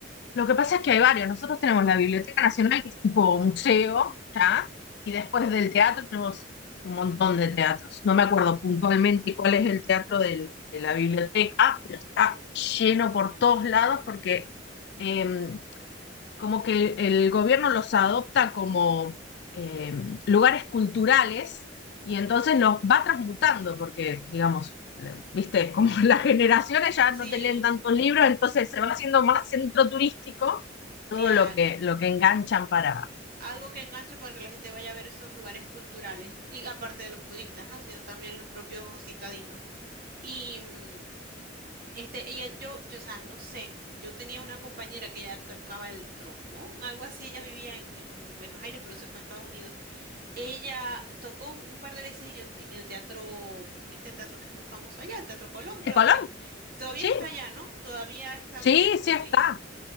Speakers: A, on the left; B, on the right.
A: lo que pasa es que hay varios. Nosotros tenemos la Biblioteca Nacional, que es tipo museo, ¿ya? Y después del teatro tenemos un montón de teatros. No me acuerdo puntualmente cuál es el teatro del- de la biblioteca, pero está lleno por todos lados porque... em, como que el gobierno los adopta como eh, lugares culturales y entonces los va transmutando, porque, digamos, le- viste, como <laughs> las generaciones ya
B: Sí,
A: no te leen tantos libros, entonces se va haciendo más centro turístico todo
B: claro.
A: lo que, lo que enganchan para...
B: Algo que enganche para que la gente vaya a ver esos lugares culturales. Y aparte de los turistas, ¿no? Sino también los propios citadinos. Y mm, Este, y él- yo, yo, o sea, no sé, yo tenía una compañera que ella tocaba el trombón, algo así, ella vivía en, en Buenos Aires, pero se fue a Estados Unidos. Ella tocó un, un par de veces en el, en el teatro, este teatro que es muy famoso allá, el Teatro Colón,
A: ¿De
B: creo
A: Colón?
B: que es. Todavía
A: Sí,
B: está allá, ¿no? Todavía está
A: sí,
B: abierto
A: sí está.
B: y